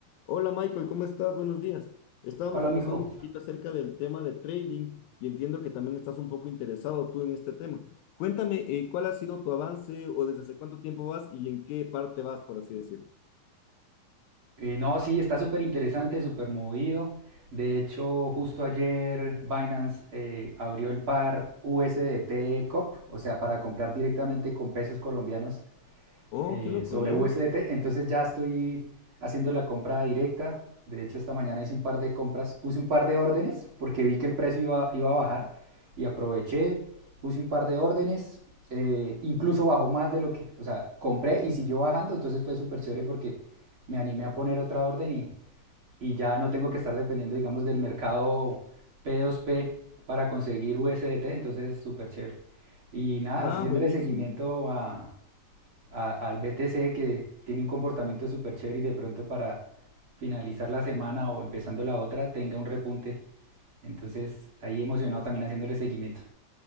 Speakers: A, on the left; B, on the right.
A: Hola Michael, ¿cómo estás? Buenos días. Estábamos
B: Hola,
A: conversando
B: amigo.
A: un poquito acerca del tema de trading y entiendo que también estás un poco interesado tú en este tema. Cuéntame, eh, ¿cuál ha sido tu avance o desde hace cuánto tiempo vas y en qué parte vas, por así decirlo?
B: Eh, no, sí, está súper interesante, súper movido. De hecho, justo ayer Binance eh, abrió el par USDT COP, o sea, para comprar directamente con pesos colombianos.
A: Oh,
B: eh,
A: qué loco,
B: sobre
A: ¿ya?
B: USDT. Entonces ya estoy haciendo la compra directa. De hecho, esta mañana hice un par de compras, puse un par de órdenes porque vi que el precio iba, iba a bajar y aproveché, puse un par de órdenes, eh, incluso bajó más de lo que, o sea, compré y siguió bajando, entonces fue súper chévere porque me animé a poner otra orden y, y ya no tengo que estar dependiendo, digamos, del mercado P2P para conseguir USDT, entonces súper chévere. Y nada,
A: Ah,
B: haciéndole
A: buenísimo.
B: seguimiento a, a- al BTC que tiene un comportamiento súper chévere y de pronto para finalizar la semana o empezando la otra tenga un repunte. Entonces ahí emocionado también haciéndole seguimiento.